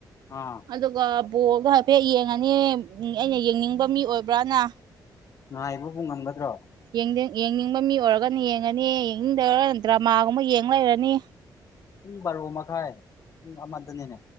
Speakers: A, on the left; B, on the right.
A: ꯑꯥ
B: ꯑꯗꯨꯒ ꯕꯣꯜꯗꯣ ꯍꯥꯏꯐꯦꯠ ꯌꯦꯡꯉꯅꯤ ꯑꯩꯅ ꯌꯦꯡꯅꯤꯡꯕ ꯃꯤ ꯑꯣꯏꯕ꯭ꯔꯥꯅ
A: ꯉꯥꯏꯕꯕꯨ ꯉꯝꯒꯗ꯭ꯔꯣ
B: ꯌꯦꯡꯗ ꯌꯦꯡꯅꯤꯡꯕ ꯃꯤ ꯑꯣꯏꯔꯒꯅ ꯌꯦꯡꯉꯅꯤ ꯌꯦꯡꯅꯤꯡꯗꯔꯒ ꯗ꯭ꯔꯃꯥꯒꯨꯝꯕ ꯌꯦꯡ ꯂꯩꯔꯅꯤ
A: ꯄꯨꯡ ꯕꯥꯔꯣ ꯃꯈꯥꯏ ꯄꯨꯡ ꯑꯃꯗꯅꯤꯅꯦ